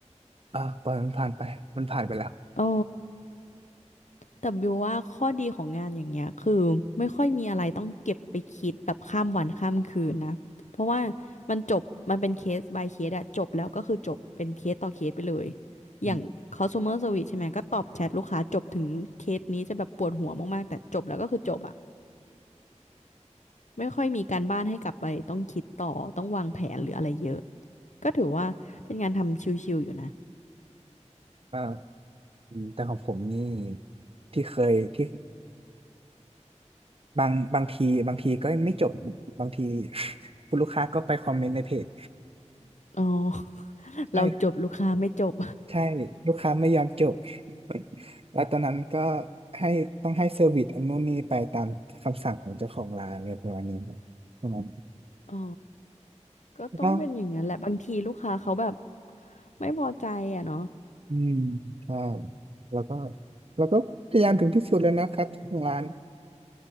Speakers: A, on the right; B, on the left.
A: อ่าปล่อยมันผ่านไปมันผ่านไปแล้ว
B: โอ้แต่บิวว่าข้อดีของงานอย่างเงี้ยคือไม่ค่อยมีอะไรต้องเก็บไปคิดแบบข้ามวันข้ามคืนนะเพราะว่ามันจบมันเป็นเคส by เคสอะจบแล้วก็คือจบเป็นเคสต่อเคสไปเลยอย่าง
A: อืม
B: customer service ใช่ไหมก็ตอบแชทลูกค้าจบถึงเคสนี้จะแบบปวดหัวมากๆแต่จบแล้วก็คือจบอะ ไม่ค่อยมีการบ้านให้กลับไปต้องคิดต่อต้องวางแผนหรืออะไรเยอะก็ถือว่าเป็นงานทำชิลๆอยู่นะ
A: อ่า อืมแต่ของผมนี่ที่เคยที่บางบางทีบางทีก็ไม่จบบางที <laughs> คุณลูกค้าก็ไปคอมเมนต์ในเพจ
B: อ๋อ <laughs>
A: <laughs> ใช่
B: เราจบลูกค้าไม่จบ
A: ใช่ลูกค้าไม่ยอมจบ <laughs> แล้วตอนนั้นก็ให้ต้องให้เซอร์วิสอันนู้นนี่ไปตามคำสั่งของเจ้าของร้านอะไรประมาณนี้ครับประมาณ
B: อ๋อก็ต้องเป็นอย่างนั้นแหละบางทีลูกค้าเขาแบบ
A: แล้วก็
B: ไม่พอใจอ่ะเนาะ
A: อืมใช่แล้วก็แล้วก็พยายามถึงที่สุดแล้วนะครับเจ้าของร้าน